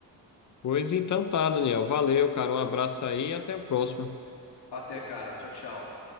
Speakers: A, on the left; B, on the left.
A: Pois então tá, Daniel. Valeu, cara. Um abraço aí e até a próxima.
B: Até, cara. Tchau, tchau.